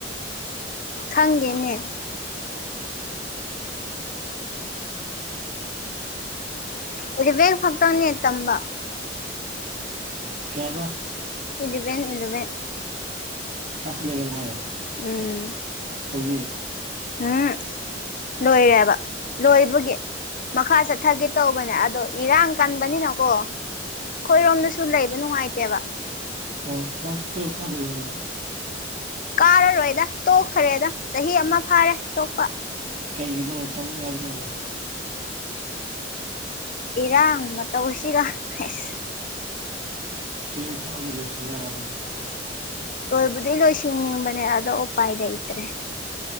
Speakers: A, on the left; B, on the right.
A: ꯈꯪꯗꯦꯗꯦꯅꯦ ꯑꯦꯂꯦꯕꯦꯟꯐꯧ ꯇꯪꯅꯦ ꯇꯝꯕ
B: ꯀꯌꯥꯕ
A: ꯏꯜꯂꯕꯦꯟ ꯏꯜꯂꯕꯦꯟ
B: ꯀ꯭ꯂꯥꯁ ꯏꯂꯕꯦꯟ ꯍꯥꯏꯔꯣ
A: ꯎꯝ
B: ꯍꯧꯖꯤꯛ
A: ꯎꯝ ꯂꯣꯏꯔꯦꯕ ꯂꯣꯏꯕꯒꯤ ꯃꯈꯥ ꯆꯠꯊꯒꯦ ꯇꯧꯕꯅꯦ ꯑꯗꯣ ꯏꯔꯥꯡ ꯀꯟꯕꯅꯤꯅꯀꯣ ꯑꯩꯈꯣꯏꯔꯣꯝꯗꯁꯨ ꯂꯩꯕ ꯅꯨꯡꯉꯥꯏꯇꯦꯕ
B: ꯑꯣ ꯀ꯭ꯂꯥꯁ ꯇꯨꯋꯦꯜ ꯀꯥꯗꯔꯣꯗꯅ
A: ꯀꯥꯔꯔꯣꯏꯗ ꯇꯣꯛꯈ꯭ꯔꯦꯗ ꯆꯍꯤ ꯑꯃ ꯐꯥꯔꯦ ꯇꯣꯛꯄ
B: ꯀꯩꯩꯅꯣ ꯇꯃ ꯌꯥꯗꯣ
A: ꯏꯔꯥꯡ ꯃꯇꯧꯁꯤꯒ ꯑꯦꯁ
B: ꯇꯨꯌꯦꯜꯞ ꯐꯥꯎꯗꯤ ꯂꯣꯏꯁꯤꯟꯕ ꯌꯥꯕꯅꯤ
A: ꯂꯣꯏꯕꯨꯗꯤ ꯂꯣꯏꯁꯤꯟꯅꯤꯡꯕꯅꯦ ꯑꯗꯣ ꯎꯄꯥꯏ ꯂꯩꯇ꯭ꯔꯦ